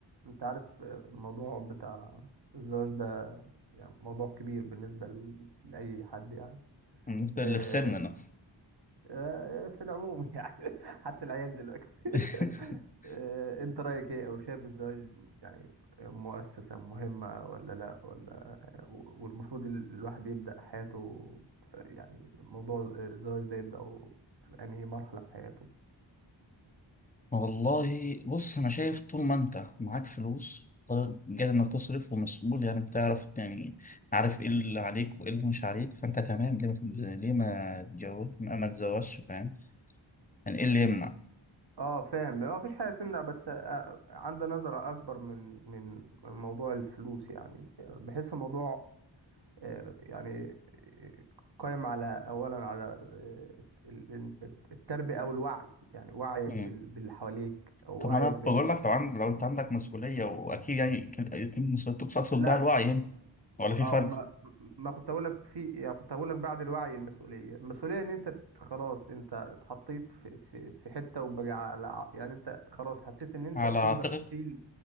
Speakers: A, on the right (about 60°); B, on the left (about 20°).
A: انت عارف الموضوع بتاع الزواج ده يعني موضوع كبير بالنسبة ل- لأي حد يعني
B: بالنسبة
A: آه،
B: اللي في سننا
A: آه، في العموم <laughs> يعني حتى العيال دلوقتي
B: <laughs>
A: <laughs> آه، انت رأيك ايه او شايف الزواج يعني مؤسسة مهمة ولا لا ولا والمفروض ال- الواحد يبدأ حياته في- يعني موضوع آه، الزواج ده يبدأ في انهي مرحلة في حياته
B: والله بص أنا شايف طول ما أنت معاك فلوس قادر قادر إنك تصرف ومسؤول يعني بتعرف يعني عارف إيه اللي عليك وإيه اللي مش عليك فأنت تمام ليه ما تتز- ليه ما تتجوز ما ما تتزوجش فاهم يعني إيه اللي يمنع؟
A: اه فاهم ما فيش حاجه تمنع بس آه، عندي نظره اكبر من من من موضوع الفلوس يعني بحس الموضوع آه، يعني قائم على اولا على آه، ال- ال- التربيه او الوعي يعني وعيك
B: مم.
A: بال- باللي حواليك او
B: طب
A: وعيك
B: ما أنا بقول
A: بال
B: لك لو عند لو أنت عندك مسؤولية وأكيد يعني أكيد أكيد مسؤوليتك تقصد
A: لا
B: بها الوعي هنا ولا
A: اه
B: في فرق؟
A: ما ما كنت اقول لك في يعني كنت هقول لك بعد الوعي المسؤوليه المسؤوليه ان انت ت- خلاص انت اتحطيت في في في حته وبقى على ع- يعني انت خلاص حسيت ان انت
B: على
A: تقدر
B: أعتقد
A: تشيل